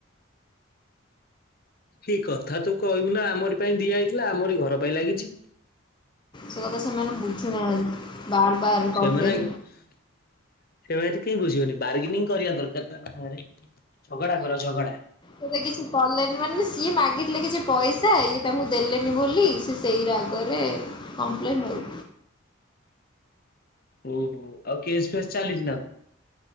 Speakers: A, on the left; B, on the left.
A: କି କଥା ତୁ କହିବୁ ନା ଆମରି ପାଇଁ ଦିଆଯାଇଥିଲା ଆମରି ଘର ପାଇଁ ଲାଗିଛି।
B: ସେ କଥା ସେମାନେ ବୁଝୁନାହାନ୍ତି। ବାର ବାର
A: ସେମାନେ
B: କମ୍ପ୍ଲେନ
A: ଆ ସେମାନେ ଏଠି କେହି ବୁଝିବନି ବାର୍ଗନିଂ କରିବା ଦରକାର ତାଙ୍କ ସାଙ୍ଗରେ। ଝଗଡା କର ଝଗଡା।
B: ସେତ କିଛି କଲେନି ମାନେ ସିଏ ମାଗିଥିଲେ କିଛି ପଇସା ଇଏ ତାଙ୍କୁ ଦେଲେନି ବୋଲି। ସେଇ ରାଗରେ କମ୍ପ୍ଲେନ୍ ଆଉ।
A: ଓହୋ ଆଉ କେସ୍ ଫେସ୍ ଚାଲିଛି ନା